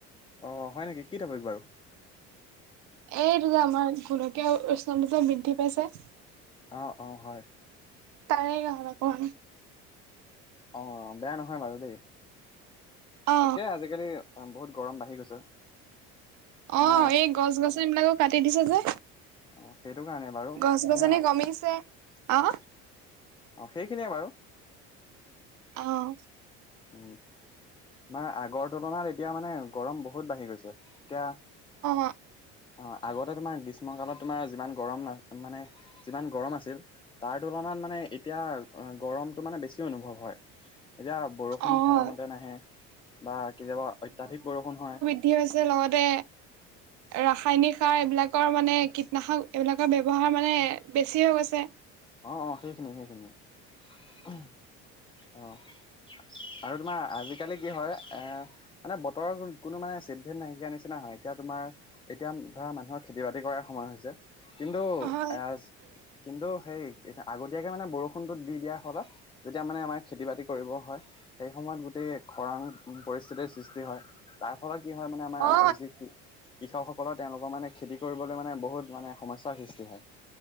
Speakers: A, on the left; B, on the right.
A: অহ, হয় নেকি, কি টপিক বাৰু?
B: এইটো যে আমাৰ গোলকীয়া উষ্ণতাটো যে বিদ্ধি পাইছে।
A: অহ', অহ' হয়।
B: তাৰে <unintelligible> অক
A: অহ, বেয়া নহয় বাৰু দেই।
B: অ
A: তাকে আজিকালি বহুত গৰম বাঢ়ি গৈছে। তোমাৰ
B: অহ, এই গছ-গছনিবিলাকো কাটি দিছে যে।
A: অ', সেইটো কাৰণে বাৰু
B: গছ-গছনি
A: মানে
B: কমিছে অহ
A: অহ, সেইখিনিয়ে বাৰু।
B: অহ।
A: উম, তোমাৰ আগৰ তুলনাত এতিয়া মানে গৰম বহুত বাঢ়ি গৈছে। এতিয়া
B: অহ।
A: অহ, আগতে তোমাৰ গ্ৰীষ্মকালত তোমাৰ যিমান গৰম না, মানে যিমান গৰম আছিল। তাৰ তুলনাত মানে এতিয়া, গৰমটো মানে বেছি অনুভৱ হয়। এতিয়া বৰষুণো
B: অ অ
A: সময়মতে নাহে বা কেতিয়াবা অত্যাধিক বৰষুণ হয়।
B: বিদ্ধি হৈছে লগতে ৰাসায়নিক সাৰ এইবিলাকৰ মানে কি কিতনাশক এইবিলাকৰ ব্যৱহাৰ মানে বেছি হৈ গৈছে।
A: অহ', অহ' সেইখিনিয়ে, সেইখিনিয়ে উম', অহ'। আৰু তোমাৰ আজিকালি কি হয় এ মানে বতৰৰ কোনো মানে চেটভেদ নাইকিয়া নিচিনা হয়। এতিয়া তোমাৰ এতিয়া ধৰা মানুহৰ খেতি-বাতি কৰাৰ সময় হৈছে। কিন্তু
B: হয়
A: অহ, কিন্তু সেই আগতীয়াকে মানে বৰষুণতটো দি দিয়াৰ ফলত, যেতিয়া মানে আমাৰ খেতি-বাতি কৰিব হয়। সেই সময়ত গোটেই খৰাং পৰিস্থিতিৰ সৃষ্টি হয়, তাৰ ফলত কি হয় মানে আমাৰ
B: অ
A: যি কি কৃষকসকলৰ তেওঁলোকৰ মানে খেতি কৰিবলৈ মানে বহুত মানে সমস্যাৰ সৃষ্টি হয়।